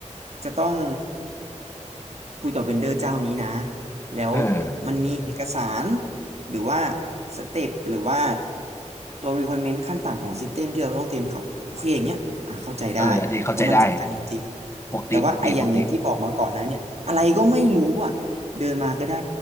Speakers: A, on the right; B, on the left.
A: จะต้องคุยกับเวนเดอร์เจ้านี้นะแล้ว
B: เออ
A: มันมีเอกสารหรือว่าสเต็ปหรือว่าตัว requirement ขั้นต่ำของ System ที่เราต้องเตรียมให้เขาโอเคอย่างเงี้ยอ่ะเข้าใจได้เพราะมันสำคัญจริงๆแต่ว่าไอ้อย่างอย่างที่บอกมาก่อนนะเนี่ยอะไรก็ไม่รู้อ่ะเดินมาก็ได้
B: เอออันนี้เข้าใจได้ปกติปกติปกติ